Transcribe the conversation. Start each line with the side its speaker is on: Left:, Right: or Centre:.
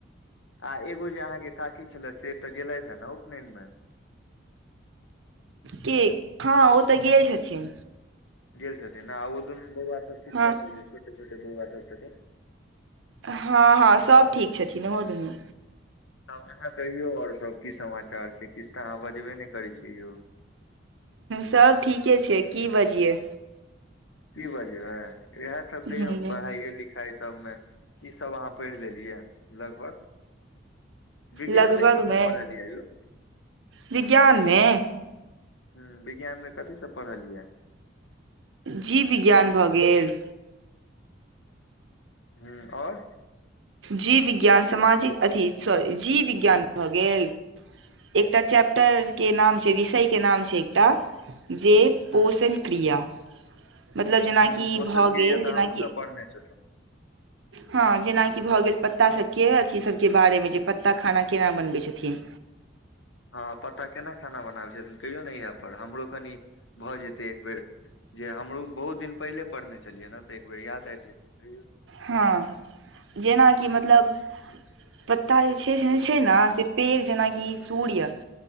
Left: आ एगो जे अहाँके काकी छले से। तऽ गेलथि हे ने उपनयन मे
Right: कि। हँ ओ तऽ गेल छथिन।
Left: जेलसर। तना आ दुनू बौआ सब ठीक
Right: हँ
Left: छथि हो छै छोटे छोटे। जे बौआ सब छथिन।
Right: हँ हँ सभ ठीक छथिन ओहो दुनू।
Left: तब अहाँ कहियौ आओर सभ की समाचार छै किछु तऽ अहाँ बजबे नहि करै छियै यौ।
Right: सभ ठीके छै की बजियै।
Left: की बाजि हा। इएह त कहियौ
Right: ह
Left: ने पढ़ाइयए लिखाई। तब मे की सब अहाँ पढ़ि लेलियै। लगभग विज्ञान
Right: लगभगमे
Left: मे की सब पढ़लियै यौ।
Right: विज्ञानमे।
Left: हूँ विज्ञानमे कथीसँ पढ़लियै।
Right: जीव विज्ञान भऽ गेल।
Left: हूँ और।
Right: जीव विज्ञान सामाजिक अथी सॉरी जीव विज्ञान भऽ गेल, एकटा चैप्टर के नाम छै विषय के नाम छै एकटा। जे
Left: ह
Right: पोषण क्रिया मतलब जेना
Left: ह
Right: कि
Left: पोषण
Right: भऽ गेल
Left: क्रिया
Right: जेना
Left: तऽ हमहुँ
Right: कि
Left: सब पढ़ने छलहुँ
Right: हाँ जेना कि भऽ गेल प प्ता सबके अथी सभके बारेमे जे पत्ता खाना केना बनबै छथिन।
Left: हाँ पता केना खाना बनाबे छै कहियो नै यहां पर हमरो कनि भ जेते एक बेर जे हमु बहुत दिन पेहले पढ़ने छलियै ने ते एक बेर याद आब जेतै, कहियौ
Right: हाँ जेना कि मतलब पत्ता जे छै से छै ना से पेड़ जेना कि सूर्य,